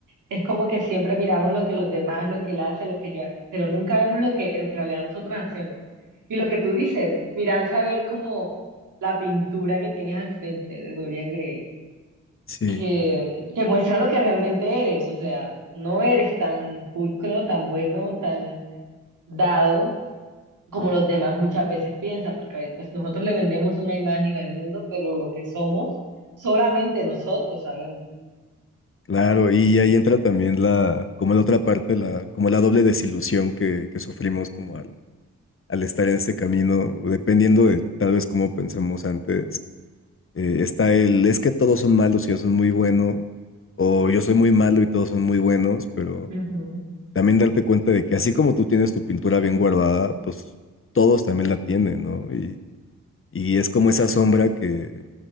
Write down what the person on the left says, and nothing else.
Sí,
claro, y ahí entra también la, como la otra parte, la, como la doble desilusión que, que sufrimos como al, al estar en este camino, dependiendo de tal vez cómo pensamos antes, Eh, está el, es que todos son malos y yo soy muy bueno, o yo soy muy malo y todos son muy buenos, pero
también darte cuenta de que así como tú tienes tu pintura bien guardada, pues todos también la tienen, ¿no? Y, y es como esa sombra que